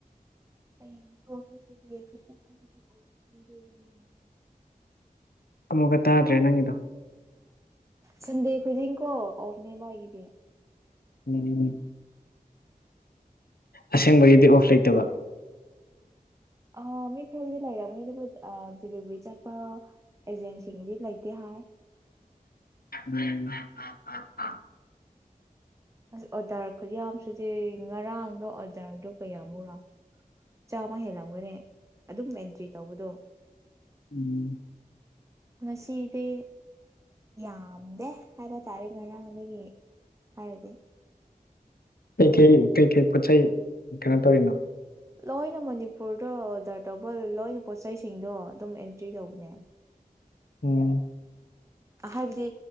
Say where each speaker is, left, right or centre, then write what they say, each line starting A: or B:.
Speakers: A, on the right; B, on the left.
A: <unintelligible>
B: ꯑꯃꯨꯛꯀ ꯇꯥꯗ꯭ꯔꯦ ꯅꯪꯒꯤꯗꯣ
A: ꯁꯟꯗꯦ ꯈꯨꯗꯤꯡꯀꯣ ꯑꯣꯐꯅꯦꯕ ꯑꯩꯒꯤꯗꯤ
B: ꯎꯝ ꯑꯁꯦꯡꯕꯒꯤꯗꯤ ꯑꯣꯐ ꯂꯩꯇꯕ
A: ꯑ ꯃꯤ ꯈꯔꯒꯤꯗꯤ ꯂꯩꯔꯝꯅꯤ ꯑꯗꯨꯕꯨ ꯑꯥ ꯗꯤꯂꯤꯕ꯭ꯔꯤ ꯆꯠꯄ ꯑꯦꯖꯦꯟꯁꯤꯡꯒꯤꯗꯤ ꯂꯩꯇꯦ ꯍꯥꯏ
B: ꯎꯝ
A: ꯑꯁ ꯑꯣꯔꯗ꯭ꯔ ꯈꯨꯠꯌꯥꯝꯁꯤꯗꯤ ꯉꯔꯥꯡꯗꯣ ꯑꯣꯔꯗ꯭ꯔꯗꯣ ꯀꯌꯥꯃꯨꯛꯔꯥ ꯆꯥꯝꯃ ꯍꯦꯜꯂꯝꯒꯅꯤ ꯑꯗꯨꯝ ꯑꯦꯟꯇ꯭ꯔꯤ ꯇꯧꯕꯗꯣ
B: ꯎꯝ
A: ꯉꯁꯤꯗꯤ ꯌꯥꯝꯗꯦ ꯍꯥꯏꯕ ꯇꯥꯔꯦ ꯉꯔꯥꯡꯗꯒꯤ ꯍꯥꯏꯔꯗꯤ
B: ꯀꯩ ꯀꯩ ꯀꯩꯀꯩ ꯄꯣꯠ ꯆꯩ ꯀꯩꯅꯣ ꯇꯧꯔꯤꯅꯣ
A: ꯂꯣꯏꯅ ꯃꯅꯤꯄꯨꯔꯗ ꯑꯣꯗ꯭ꯔ ꯇꯧꯕ ꯂꯣꯏꯅ ꯄꯣꯠ ꯆꯩꯁꯤꯡꯗꯣ ꯑꯗꯨꯝ ꯑꯦꯟꯇ꯭ꯔꯤ ꯇꯧꯕꯅꯦ
B: ꯎꯝ
A: ꯍꯥꯏꯕꯗꯤ